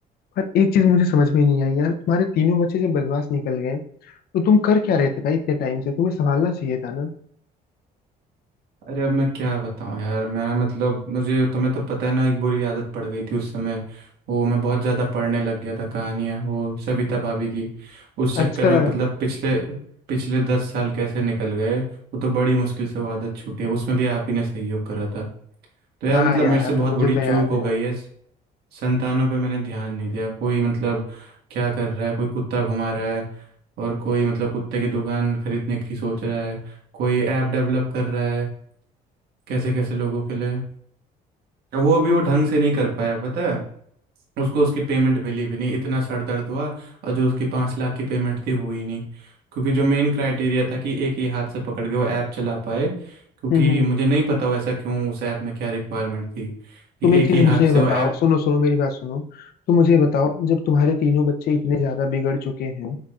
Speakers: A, on the left; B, on the right.
A: पर एक चीज मुझे समझ में नहीं आई यार तुम्हारे तीनों बच्चे जब बदमाश निकल गए तो तुम कर क्या रहे थे भाई इतने टाइम से तुम्हें संभालना चाहिए था ना
B: अरे अब मैं क्या बताऊं यार मैं मतलब मुझे तुम्हें तो पता है ना एक बुरी आदत पड़ गई थी उस समय वो मैं बहुत ज़्यादा पढ़ने लग गया था कहानियाँ वो सविता भाभी की उस चक्कर
A: अच्छा
B: में मतलब पिछले पिछले दस साल कैसे निकल गए वो तो बड़ी मुश्किल से वो आदत छूटी है उसमें भी आप ही ने सहयोग करा था तो यार
A: हाँ
B: मतलब
A: यार
B: मेरे से बहुत
A: मुझे
B: बड़ी
A: तो
B: चूक
A: याद
B: हो
A: है
B: गई है संतानों पे मैंने ध्यान नहीं दिया कोई मतलब क्या कर रहा है कोई कुत्ता घुमा रहा है और कोई मतलब कुत्ते की दुकान खरीदने की सोच रहा है कोई ऐप डेवलप कर रहा है कैसे कैसे लोगों के लिए अब वो भी वो ढंग से नहीं कर पाया पता है उसको उसकी पेमेंट मिली भी नहीं इतना सर दर्द हुआ और जो उसकी पाँच लाख की पेमेंट थी हुई नहीं क्योंकि जो मेन क्राइटेरिया था कि एक ही हाथ से पकड़ के वो ऐप चला पाए क्योंकि
A: हम्म हम्म।
B: मुझे नहीं पता वो ऐसा क्यों उस ऐप में क्या रिक्वायरमेंट थी कि
A: तुम एक
B: एक
A: चीज
B: ही हाथ
A: मुझे ये
B: से
A: बताओ
B: वो ऐप
A: सुनो सुनो मेरी बात सुनो तुम मुझे ये बताओ जब तुम्हारे तीनों बच्चे इतने ज्यादा बिगड़ चुके हैं